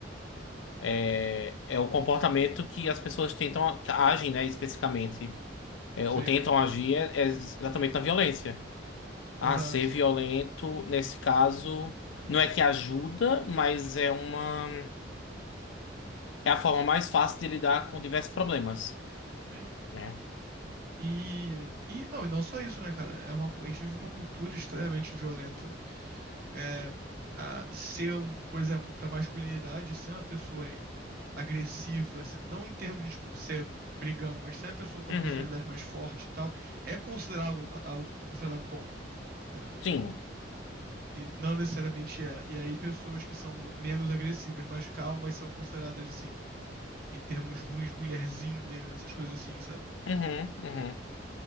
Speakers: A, on the left (about 80°); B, on the right (about 50°).
A: É, é o comportamento que as pessoas tentam, que agem, né, especificamente. É,
B: Sim,
A: ou tentam agir é, é exatamente na violência.
B: exato.
A: Ah, ser violento, nesse caso, não é que ajuda, mas é uma. É a forma mais fácil de lidar com diversos problemas,
B: Sim.
A: né?
B: E, e não, e não só isso, né, cara? É uma, cu- a gente vive uma cultura extremamente violenta. É, a, ser um, por exemplo, pra masculinidade, ser uma pessoa agressiva, se- não em termos de tipo, ser brigão, mas ser uma pessoa com
A: Uhum.
B: a personalidade mais forte e tal, é considerado algo, algo- é considerado algo bom, entendeu?
A: Sim.
B: E não necessariamente é. E aí, pessoas que são menos agressivas, mais calmas, são consideradas assim em termos ruins, mulherzinha, essas coisas assim, sabe?
A: Uhum, uhum.